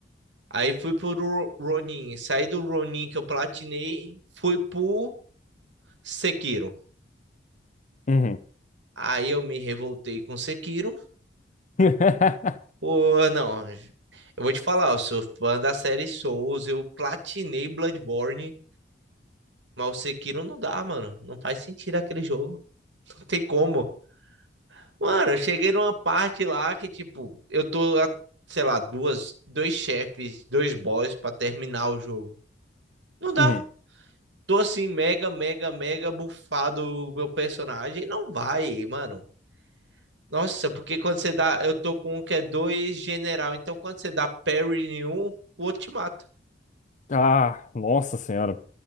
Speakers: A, on the right; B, on the left.
A: Aí fui pro Ro- Ronin, saí do Ronin que eu platinei, fui pro Sekiro.
B: Uhum.
A: Aí eu me revoltei com Sekiro.
B: <laughs>
A: Pô, não, eu vou te falar, eu sou fã da série Souls, eu platinei Bloodborne, mas o Sekiro não dá, mano, não faz sentido aquele jogo, não tem como. Mano, eu cheguei numa parte lá que, tipo, eu tô, a, sei lá, duas, dois chefes, dois boss pra terminar o jogo. Não dá.
B: Uhum.
A: Tô assim, mega, mega, mega bufado o meu personagem. Não vai, mano. Nossa, porque quando você dá. Eu tô com um que é dois general. Então quando você dá parry em um, o outro te mata.
B: Ah, nossa senhora.